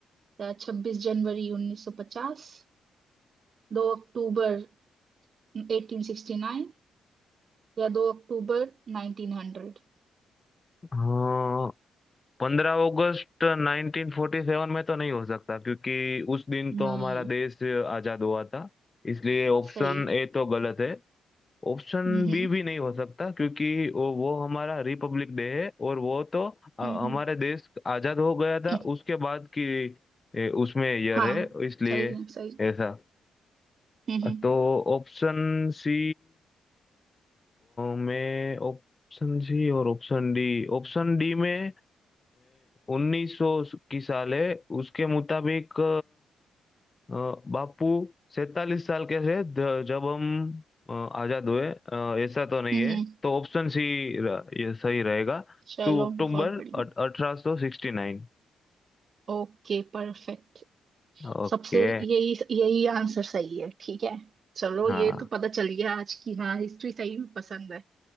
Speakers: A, on the right; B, on the left.
A: या छब्बीस जनवरी 1950 दो अक्टूबर 1869 या दो अक्टूबर 1900
B: हाँ पंद्रह अगस्त नाइनटीन फोर्टी सेवन में तो नहीं हो सकता क्योंकि उस दिन तो
A: नहीं
B: हमारा देश आजाद हुआ था इसलिए ऑप्शन
A: सही
B: ए तो गलत है ऑप्शन
A: हम्म
B: बी
A: हम्म
B: भी नहीं हो सकता क्योंकि वो वो हमारा रिपब्लिक डे है और वो तो अ,
A: हम्म,
B: हमारे देश आजाद हो गया था
A: हम्म।
B: उसके बाद की ए, उसमें ईयर
A: <coughs> हाँ
B: है इसलिए
A: सही है सही
B: ऐसा
A: हम्म हम्म
B: तो ऑप्शन सी में ऑप्शन सी और ऑप्शन डी ऑप्शन डी में उन्नीस सौ की साल है उसके मुताबिक अ, बापू सैतालीस साल कैसे ज- जब हम अ, आजाद हुए अ, ऐसा तो नहीं
A: हम्म
B: है
A: हम्म।
B: तो ऑप्शन सी र- ये सही रहेगा
A: चलो
B: टू अक्टूबर
A: बहुत बढ़िया
B: अठारह सौ सिक्सटी नाइन
A: Okay perfect
B: ओके
A: सबसे यही यही आंसर सही है ठीक है चलो
B: हाँ
A: ये तो पता चल गया आज की हाँ हिस्ट्री सही में पसंद है